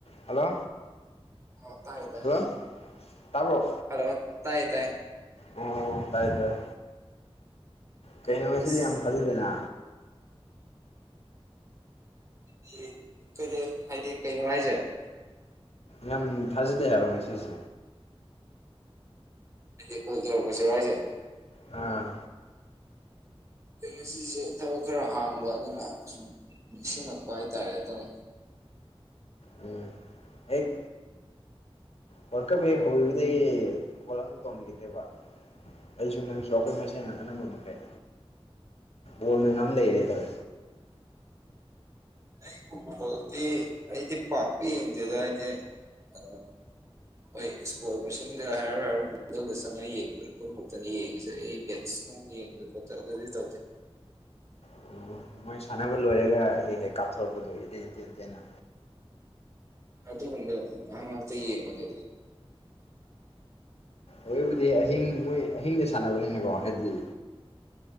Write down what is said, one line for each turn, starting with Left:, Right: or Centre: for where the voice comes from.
Left: hello
Right: ꯑꯧ ꯇꯥꯏ ꯇꯥꯏ
Left: ꯍꯜꯂꯣ ꯇꯥꯕ꯭ꯔꯣ
Right: ꯍꯜꯂꯣ ꯇꯥꯏꯌ‌ꯦ ꯇꯥꯏ
Left: ꯑꯣ ꯇꯥꯏ ꯇꯥꯏ ꯀꯩꯅꯣ ꯉꯁꯤꯗꯤ
Right: ꯑꯁ
Left: ꯌꯥꯝ ꯊꯥꯖꯗꯅ
Right: <unintelligible> ꯍꯥꯏꯗꯤ ꯀꯩꯅꯣ ꯍꯥꯏꯖ‌ꯦ
Left: ꯌꯥꯝ ꯊꯥꯖꯗꯦ ꯍꯥꯏꯕ ꯉꯁꯤꯁꯤ
Right: ꯑꯗꯤ ꯀꯣꯜ ꯇꯧꯔꯛꯄꯁꯤꯔ‌ꯣ ꯍꯥꯏꯖ‌ꯦ
Left: ꯑꯥ
Right: ꯑꯩ ꯉꯁꯤꯁꯦ ꯊꯕꯛ ꯈꯔ ꯍꯥꯡꯕ ꯑꯗꯨꯅ ꯁꯨꯝ ꯅꯤꯡꯁꯤꯡꯉꯛꯄ ꯍꯥꯏꯇꯥꯔꯦ ꯑꯗ‌ꯣ
Left: ꯎꯝ ꯍ‌ꯦꯛ ꯋꯥꯔꯜ ꯀꯞ ꯍ‌ꯦꯛ ꯍꯧꯈꯤꯕꯗꯒꯤ ꯀꯣꯜ ꯑꯃꯨꯛ ꯇꯧꯅꯈꯤꯗ꯭ꯔ‌ꯦꯕꯥ ꯑꯩꯖꯨ ꯅꯪꯖꯨ ꯑꯩꯈꯣꯏ ꯃꯁꯦꯟ ꯑꯅꯝꯕ ꯃꯈꯩ ꯕꯣꯜꯅ ꯉꯝ ꯂꯩꯔꯦ ꯇꯧ
Right: ꯑꯩ <unintelligible> ꯗꯤ ꯑꯩꯗꯤ ꯄꯥꯛꯄꯨ ꯌꯦꯡꯗꯦꯗꯥ ꯑꯩꯗꯤ ꯑꯗ‌ꯣ ꯍꯣꯏ ꯏꯁꯀꯣꯔ ꯃꯁꯤꯡꯗ ꯍꯥꯏꯔꯞ ꯍꯥꯏꯔꯞ ꯒꯨꯒꯜꯗ ꯆꯪꯉ ꯌꯦꯡ <unintelligible> ꯑꯗꯨ ꯈꯛꯇꯅꯤ ꯌꯦꯡꯉꯤꯁꯦ ꯑꯩ ꯃ‌ꯦꯠꯁ ꯅꯨ ꯅꯨꯡ ꯌꯦꯡꯗ ꯈꯣꯠꯇꯒꯗꯤ ꯇꯧꯗ‌ꯦ
Left: ꯎꯝ ꯃꯣꯏ ꯁꯥꯟꯅꯕ ꯂꯣꯏꯔꯒ ꯍꯦꯛ ꯍꯦꯛ ꯀꯥꯞꯊꯣꯔꯛꯄꯗꯣ ꯏꯇꯦꯟ ꯏꯇꯦꯟꯇꯦꯟꯅ
Right: ꯑꯗꯨꯒꯨꯝꯕꯗꯣ ꯉꯍꯥꯛ ꯉꯍꯥꯛꯇ ꯌꯦꯡꯕꯅꯤ
Left: ꯑꯗꯨꯕꯨꯗꯤ ꯑꯍꯤꯡ ꯃꯣꯏ ꯑꯍꯤꯡꯗ ꯁꯥꯟꯅꯕꯅꯤꯅꯀꯣ ꯍꯥꯏꯗꯤ